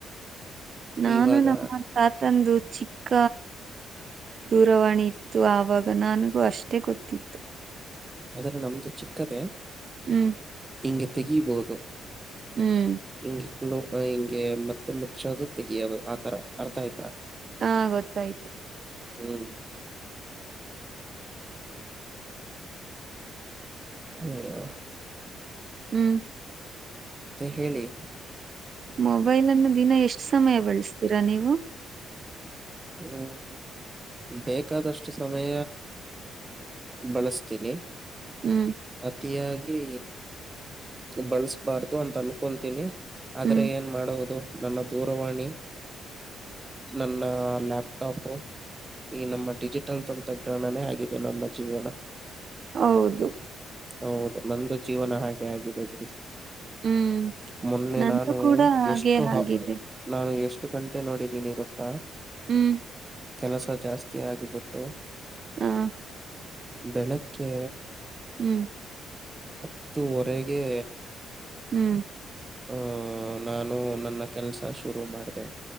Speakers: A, on the right; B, on the right.
A: ನಾನು
B: ಇವಾಗ
A: ನಮ್ಮ ತಾತಂದು ಚಿಕ್ಕ. ದೂರವಾಣಿ ಇತ್ತು ಆವಾಗ ನನಗೂ ಅಷ್ಟೇ ಗೊತ್ತಿತ್ತು.
B: ಆದದ್ರೆ ನಮ್ದು ಚಿಕ್ಕದೆೇ.
A: ಹ್ಮ್
B: ಹಿಂಗೆ ತೆಗಿಬಹುದು.
A: ಹ್ಮ್
B: ಹಿಂಗೆ <unintelligible> ಹಿಂಗೆ ಮತ್ತೆ ಮುಚ್ಚೋದು ತೆಗಿಯೋದು ಆತರ ಅರ್ಥ ಆಯ್ತಾ.
A: ಹಾ ಗೊತ್ತಾಯ್ತು.
B: ಹ್ಮ್ ಅಯ್ಯೊ
A: ಹ್ಮ್
B: ಮತ್ತೆ ಹೇಳಿ.
A: ಮೊಬೈಲ್ ಅನ್ನು ದಿನ ಎಷ್ಟು ಸಮಯ ಬಳಸ್ತೀರಾ ನೀವು.
B: ಹು ಬೇಕಾದಷ್ಟು ಸಮಯ ಬಳಸ್ತೀನಿ.
A: ಹ್ಮ್
B: ಅತಿಯಾಗಿ. ಬಳ್ಸಬಾರ್ದು ಅಂತ ಅನ್ಕೊತೀನಿ ಆದ್ರೆ
A: ಹ್ಮ್
B: ಏನ್ ಮಾಡುವುದು ನನ್ನ ದೂರವಾಣಿ. ನನ್ನ ಲ್ಯಾಪ್ಟಾಪ ಈ ನಮ್ಮ ಡಿಜಿಟಲ್ ತ ತತ್ರ ಹಣನೇ ಆಗಿದೆ ನನ್ನ ಜೀವನ.
A: ಹೌದು.
B: ಹೌದು ನಂದು ಜೀವನ ಹಾಗೆ ಆಗಿದೆ ಬಿಡಿ.
A: ಹ್ಮ್
B: ಮೊನ್ನೆ
A: ನಂದು
B: ನಾನು
A: ಕೂಡ ಹಾಗೆ
B: ಎಷ್ಟು ಹ.
A: ಆಗಿದೆ
B: ನಾನು ಎಷ್ಟು ಗಂಟೆ ನೋಡಿದ್ದೀನಿ ಗೊತ್ತಾ.
A: ಹ್ಮು.
B: ಕೆಲಸ ಜಾಸ್ತಿ ಆಗಿಬಿಟ್ಟು.
A: ಹ್ಮ್.
B: ಬೆಳಕ್ಕೇ.
A: ಹ್ಮ್.
B: ಹತ್ತುವರೆಗೆ.
A: ಹ್ಮ್.
B: ಹ ನಾನು ನನ್ನ ಕೆಲ್ಸ ಶುರು ಮಾಡ್ದೇ.